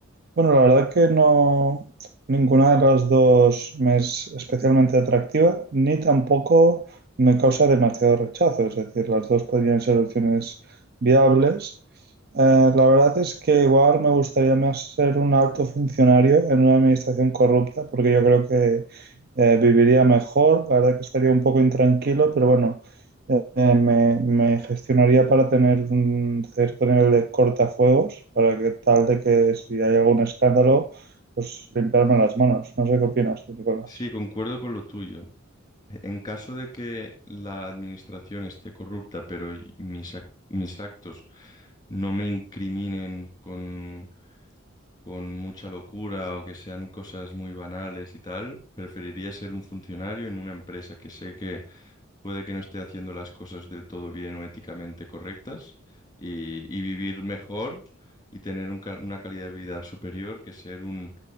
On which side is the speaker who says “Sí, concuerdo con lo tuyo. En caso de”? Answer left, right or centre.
Left